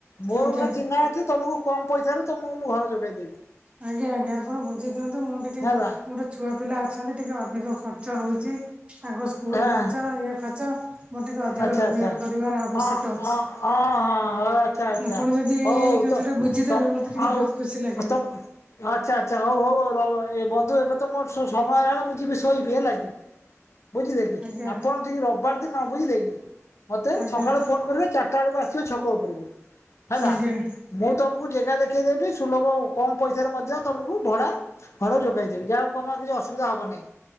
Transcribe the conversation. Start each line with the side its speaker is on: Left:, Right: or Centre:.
Left: ମୋର
Right: ଆଜ୍ଞା
Left: ଗୋଟେ ଚିହ୍ନା ଅଛି ତମକୁ କମ୍ ପଇସାରୁ ତମକୁ ମୁଁ ଘର ଯୋଗେଇଦେବି।
Right: ଆଜ୍ଞା ଆଜ୍ଞା ଆପଣ ବୁଝି ଦିଅନ୍ତୁ ମୁଁ ଟିକେ
Left: ହେଲା
Right: ମୁଁ ଛୁଆ ପିଲା ଅଛନ୍ତି ଟିକେ ଅଧିକ ଖର୍ଚ୍ଚ ହଉଚି ତାଙ୍କ ସ୍କୁଲ୍
Left: ହଁ
Right: ଖର୍ଚ୍ଚ ଇଏ ଖର୍ଚ୍ଚ ମୋର ଟିକେ ଅଧିକ
Left: ଆଚ୍ଛା
Right: ରୋଜଗାର
Left: ଆଚ୍ଛା
Right: କରିବାର ଆବଶ୍ୟକ
Left: ହଁ
Right: ଅଛି।
Left: ହଁ ହଁ- ହଁ ହଉ ଆଚ୍ଛା ଆଚ୍ଛା
Right: ଆପଣ ଯଦି
Left: ହଉ
Right: ଏଇ କଥା
Left: ତ-ତମ
Right: ଟା ବୁଝିଦେବେ ମତେ ଟିକେ
Left: ଆଉ
Right: ବହୁତ ଖୁସି ଲାଗିବ
Left: ତମ ଆଚ୍ଛା- ଆଚ୍ଛା ହଉ- ହଉ ର- ଏ ବନ୍ଧୁ ଏବେ ତ ମୋର ସମୟ ହେଇଗଲାଣି ମୁଁ ଯିବି ଶୋଇବି ହେଲା କିି ବୁଝିଲେ କି
Right: ଆଜ୍ଞା
Left: ଆପଣ ଟିକେ ରବିବାର ଦିନ ବୁଝିଲେ କି ମତେ
Right: ଆଜ୍ଞା
Left: ସକାଳୁ ଫୋନ୍ କରିବେ ଚାରିଟା ବେଳକୁ ଆସିବେ ଛକ ଉପରକୁ ହେଲା
Right: ଆଜ୍ଞା
Left: ମୁଁ ତମ ତମକୁ ଜେଗା ଦେଖେଇ ଦେବି ସୁଲଭ କମ୍ ପଇସାରେ ମଧ୍ୟ ତମକୁ ଭଡା ଘର ଯୋଗାଇ ଦେବି ଯାହା ତମର କିଛି ଅସୁବିଧା ହବ ନାହିଁ।